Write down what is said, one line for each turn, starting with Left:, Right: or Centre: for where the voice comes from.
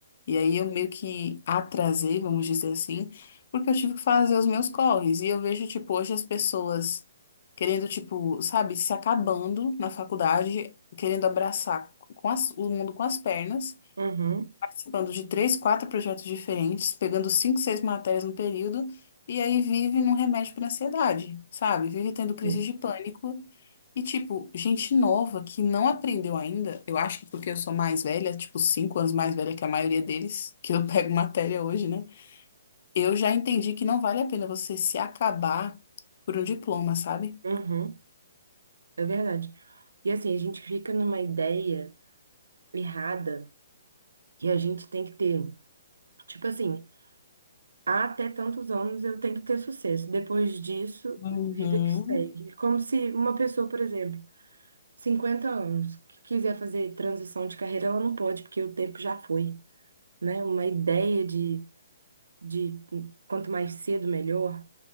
Left: E aí eu meio que atrasei, vamos dizer assim, porque eu tive que fazer os meus corres. E eu vejo, tipo, hoje as pessoas querendo, tipo, sabe, se acabando na faculdade, querendo abraçar com as- o mundo com as pernas
Right: Uhum.
Left: participando de três, quatro projetos diferentes, pegando cinco, seis matérias no período, e aí vive num remédio para ansiedade, sabe? Vive tendo crise
Right: Sim.
Left: de pânico. E, tipo, gente nova que não aprendeu ainda, eu acho que porque eu sou mais velha, tipo, cinco anos mais velha que a maioria deles, <laughs> que eu pego matéria hoje, né? Eu já entendi que não vale a pena você se acabar por um diploma, sabe?
Right: Uhum. É verdade. E assim, a gente fica numa ideia errada que a gente tem que ter. Tipo assim, "Ah, até tantos anos eu tenho que ter sucesso. Depois disso,
Left: Uhum.
Right: vida que segue. É Como se uma pessoa, por exemplo, 50 anos, que quiser fazer transição de carreira, ela não pode, porque o tempo já foi, né? Uma ideia de, de quanto mais cedo, melhor,